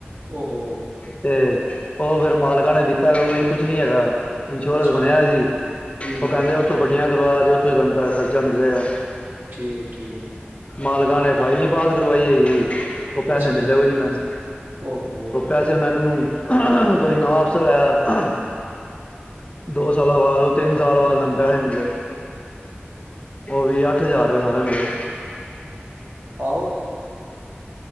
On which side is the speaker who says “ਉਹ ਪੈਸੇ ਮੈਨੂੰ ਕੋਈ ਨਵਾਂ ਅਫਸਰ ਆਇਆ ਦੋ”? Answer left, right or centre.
Left